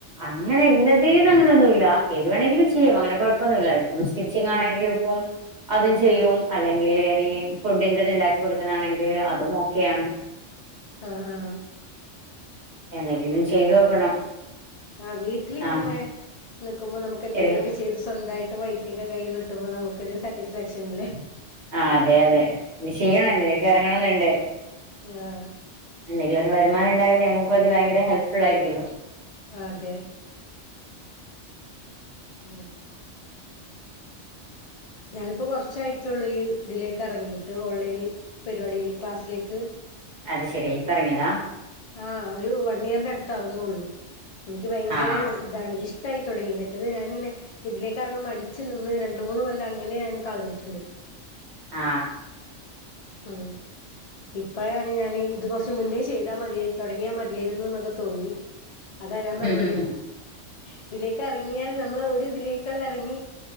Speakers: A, on the right (about 45°); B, on the left (about 55°).
A: അങ്ങനെ ഇന്നതീന്ന് അങ്ങനെയൊന്നുല്ല ഏത് വേണങ്കിലും
B: ആഹ്
A: ചെയ്യ്‌വാ അങ്ങനെ കൊഴ വന്നില്ലേ സ്റ്റിച്ചിങ് ആണെങ്കിലും
B: ആഹ്
A: ഇപ്പം അതും ചെയ്യും
B: ആഹ്
A: അല്ലെങ്കിൽ ഈ ഫുഡിന്റെറ ഇത് ഉണ്ടാക്കി കൊടുക്കുന്നാണെങ്കിൽ അതും ഓക്കെയാണ്
B: ആ ആ
A: എന്തെങ്കിലും ചെയ്ത് നോക്കണം
B: ആഹ് വീട്ടിലിങ്ങനെ-
A: ആഹ്
B: നിക്കുമ്പോ നമുെന്തെങ്കിലും
A: ആഹ്
B: ഒക്ക ചെയ്ത് സ്വന്തയിട്ട്- പൈസൊക്കെ കയ്യിൽ കിട്ടുമ്പോ നമുക് ഒരു സാറ്റിസ്ഫാക്ഷൻ അല്ലേ
A: ആ അതെ അതെ ഇനി ചെയ്യണം
B: ആഹ്
A: എന്തിനക്കെ ഇറങ്ങണന്നുണ്ട്
B: ആഹ്
A: എന്തെങ്കിലും ഒരു വരുമാനം ഉണ്ടായാൽ നമുക്ക അത് ഭയങ്കര ഹെൽപ്പ് ഫുൾ ആയിരിക്കുമല്ലോ
B: അതെ ഉം ഞാനിപ്പോ കുറച്ചായിട്ടുള്ള ഈ ഇതിലേക്ക് ഇറങ്ങിയിട്ട് ഓൺലൈൻ പരിപാടി ക്ലാസ്സിലേക്ക്
A: അത് ശരി പറഞ്ഞതാ
B: ആഹ് ഒരു വൺ ഇയറിന്റെ അടുത്ത ആവുന്നുള്ളു എനിക്ക് ഭയങ്കര
A: ആഹ്
B: ഇതാണ് ഇഷ- ട്ടായി തൊട്ങ്ങി മറ്റത് ഞാനിങ്ങനെ ഇതിലേക്കെറങ്ങാൻ മടിച്ച് നിന്ന് രണ്ട് മൂന്ന് കൊല്ലം അങ്ങനെ ഞാൻ കളഞ്ഞിട്ട്ണ്ട്
A: ആ
B: ഉം ഇപ്പഴാണ് ഞാന് ഇത് കൊർച്ച് മുന്നേ ചെയ്താ മതി തൊടങ്ങ്യാ മത്യേര്ന്നുന്നൊക്കെ തോന്നി അതാ ഞാൻ പർഞ്ഞത്
A: ആഹ്
B: ഇതിലേക്ക് എറങ്ങിയാൽ നമ്മള് ഒ ത് ഇതിലേക്കാണ്ടെറങ്ങി